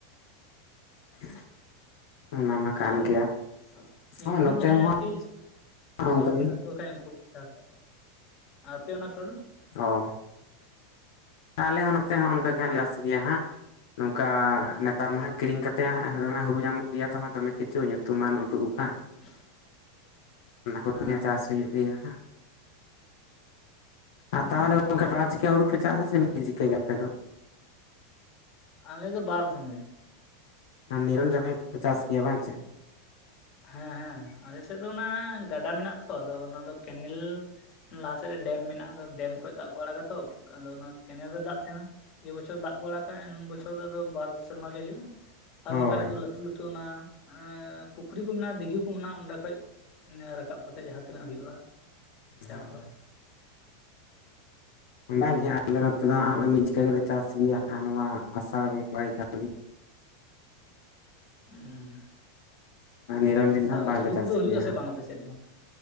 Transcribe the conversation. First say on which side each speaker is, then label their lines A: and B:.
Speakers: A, on the left; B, on the left.
A: <inaudible> ᱠᱟᱱ
B: ᱟᱨ
A: ᱜᱮᱭᱟ
B: ᱮᱢᱱᱤ
A: ᱦᱳᱭ ᱱᱚᱛᱮ
B: ᱡᱟᱦᱟᱸᱭ
A: ᱦᱚᱸ
B: ᱟᱨᱠᱤ
A: ᱚᱱᱠᱟ
B: ᱥᱚᱠ ᱢᱮᱱᱟᱜ
A: ᱜᱮ
B: ᱛᱟᱠᱚ ᱠᱷᱟᱡ ᱩᱝᱠᱩ ᱠᱚ ᱪᱟᱥᱟ᱾ ᱟᱯᱮ ᱚᱱᱟ ᱠᱚᱨᱮ ᱫᱚ?
A: ᱚ, ᱟᱞᱮ ᱦᱚᱸ ᱱᱚᱛᱮ ᱦᱚᱸ ᱚᱱᱠᱟ ᱜᱮ ᱦᱟᱸᱜ ᱞᱮ ᱪᱟᱥ ᱜᱮᱭᱟ ᱦᱟᱸᱜ ᱾ ᱱᱚᱝᱠᱟ ᱱᱮᱛᱟᱨ ᱢᱟ ᱦᱟᱸᱜ ᱠᱤᱨᱤᱧ ᱠᱟᱛᱮᱫ ᱦᱟᱸᱜ ᱫᱚᱢᱮ ᱦᱩᱲᱩ ᱧᱟᱢᱚᱜ ᱜᱮᱭᱟ ᱛᱚ ᱦᱟᱸᱜ, ᱫᱚᱢᱮ ᱠᱤᱪᱷᱩ ᱧᱩᱛᱩᱢᱟᱱ ᱩᱰᱩᱜ ᱠᱟᱜ ᱾
B: <inaudible>
A: ᱚᱱᱟ ᱠᱚᱜᱮ
B: ᱦᱮᱸ
A: ᱦᱟᱸᱜ ᱪᱟᱥ ᱦᱩᱭᱩᱜ ᱜᱮᱭᱟ ᱦᱟᱸᱜ ᱾ ᱟᱨ
B: ᱚ
A: ᱛᱟᱦᱚᱞᱮ <inaudible> ᱵᱟᱨ ᱡᱮᱠᱷᱟ ᱦᱩᱲᱩ ᱯᱮ ᱪᱟᱥᱟ ᱥᱮ ᱢᱤᱫ ᱡᱤᱠᱟᱹ ᱜᱮ ᱟᱯᱮ ᱫᱚ?
B: ᱟᱞᱮ ᱫᱚ ᱵᱟᱨ ᱫᱷᱚᱢ ᱜᱮ ᱾
A: ᱟᱸ ᱱᱤᱨᱚᱱ ᱡᱚᱠᱷᱟᱡ ᱯᱮ ᱪᱟᱥ ᱜᱮᱭᱟ ᱵᱟᱝ ᱥᱮ?
B: ᱦᱮᱸ ᱦᱮᱸ ᱟᱞᱮ ᱥᱮᱫ ᱫᱚ ᱚᱱᱟ ᱜᱟᱰᱟ ᱢᱮᱱᱟᱜ-ᱟ ᱛᱚ ᱟᱫᱚ ᱚᱱᱟ ᱫᱚ ᱠᱮᱱᱮᱞ ᱞᱟᱦᱟ ᱥᱮᱫ ᱨᱮ ᱰᱮᱢ ᱢᱮᱱᱟᱜᱼᱟ ᱟᱫᱚ ᱰᱮᱢ ᱠᱷᱚᱡ ᱫᱟᱜ ᱠᱚ ᱟᱲᱟᱜᱟ ᱛᱚ, ᱟᱫᱚ ᱚᱱᱟ ᱠᱮᱱᱮᱞ ᱨᱮ ᱫᱟᱜ ᱛᱟᱦᱮᱸᱱᱟ ᱾ ᱡᱮ ᱵᱚᱪᱷᱚᱨ ᱫᱟᱜ ᱠᱚ ᱟᱲᱟᱠᱟ ᱮᱱ ᱵᱚᱪᱷᱚᱨ ᱫᱚ ᱟᱫᱚ ᱵᱟᱨ ᱥᱮᱨᱢᱟ ᱜᱮ ᱦᱩᱭᱩᱜᱼᱟ ᱾ ᱟᱨ
A: ᱦᱳᱭ
B: ᱵᱟᱝᱠᱷᱟᱡ ᱫᱚ ᱞᱟᱹᱴᱷᱩ ᱞᱟᱹᱴᱷᱩ ᱚᱱᱟ ᱮᱸᱻ ᱯᱩᱠᱷᱨᱤ ᱠᱚ ᱢᱮᱱᱟᱜ-ᱟ, ᱫᱤᱜᱷᱟᱹ ᱠᱚ ᱢᱮᱱᱟᱜ-ᱟ ᱚᱸᱰᱮ ᱠᱷᱚᱡ, ᱨᱟᱠᱟᱵ ᱠᱟᱛᱮ ᱡᱟᱦᱟᱸ ᱛᱤᱱᱟᱹᱜ ᱦᱩᱭᱩᱜ-ᱟ ᱪᱟᱥ
A: ᱦᱳᱭ
B: ᱵᱟᱥ᱾
A: ᱵᱟᱝᱜᱮ ᱟᱞᱮ ᱱᱚᱛᱮ ᱫᱚ ᱦᱟᱸᱜ <inaudible> ᱢᱤᱫ ᱡᱮᱠᱟ ᱜᱮᱞᱮ ᱪᱟᱥ ᱜᱮᱭᱟ, ᱱᱚᱣᱟ ᱟᱥᱟᱲ ᱵᱚᱸᱜᱟ ᱜᱮ ᱠᱷᱟᱞᱤ ᱾
B: ᱩᱸ ᱦᱩᱸ᱾
A: ᱦᱟᱸᱜ ᱱᱤᱨᱚᱱ ᱫᱤᱱ
B: ᱛᱟᱣᱨᱮ
A: ᱦᱟᱸᱜ ᱵᱟᱝᱞᱮ
B: ᱟᱹᱞᱩ
A: ᱪᱟᱥ
B: ᱠᱚᱫᱚ ᱦᱩᱭᱩᱜ-ᱟ
A: ᱜᱮᱭᱟ
B: ᱥᱮ
A: ᱦᱟᱸᱜ
B: ᱵᱟᱝ ᱟᱯᱮ ᱥᱮᱫ ᱫᱚ?